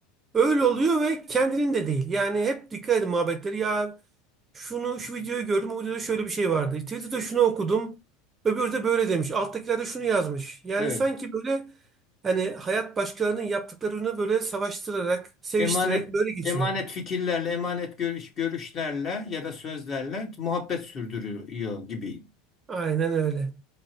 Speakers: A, on the right (about 20°); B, on the left (about 35°).
A: Öyle oluyor ve kendinin de değil. Yani hep dikkat edin muhabbetleri. Ya şunu şu videoyu gördüm. O videoda şöyle bir şey vardı. Twitter'da şunu okudum. Öbürü de böyle demiş. Alttakiler de şunu yazmış. Yani
B: Evet.
A: sanki böyle hani hayat başkalarının yaptıklarını böyle savaştırarak, seviştirerek
B: Emanet
A: böyle geçiyor.
B: emanet fikirlerle, emanet görüş görüşlerle ya da sözlerle muhabbet sürdürüyor gibi
A: Aynen öyle.